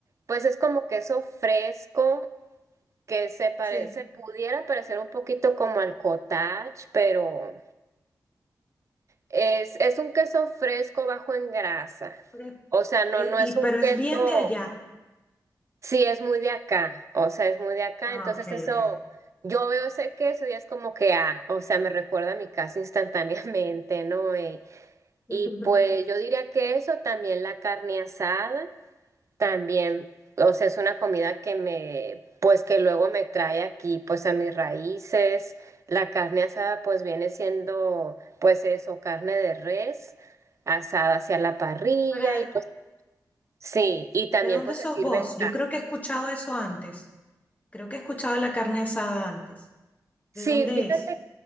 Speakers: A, on the right (about 45°); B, on the left (about 20°).
A: Pues es como queso fresco que se parece,
B: Sí.
A: pudiera parecer un poquito como al cottage, pero es, es un queso fresco bajo en grasa.
B: Pero-
A: O sea, no,
B: eh,
A: no
B: y,
A: es un
B: pero
A: queso.
B: es bien de allá.
A: Sí, es muy de acá, o sea, es muy de acá,
B: Ah,
A: entonces
B: ok,
A: eso,
B: ok.
A: yo veo ese queso y es como que, ah, o sea, me recuerda a mi casa <laughs> instantáneamente, ¿no? Eh, y
B: <laughs>
A: pues yo diría que eso, también la carne asada, también, o sea, es una comida que me, pues que luego me trae aquí, pues a mis raíces, la carne asada pues viene siendo, pues eso, carne de res, asada hacia la parrilla
B: Para,
A: y pues sí, y también
B: ¿De dónde
A: pues
B: sos
A: se sirven...
B: vos? Yo
A: ta-
B: creo que he escuchado eso antes. Creo que he escuchado la carne asada antes.
A: Sí,
B: ¿De dónde
A: fíjate
B: es?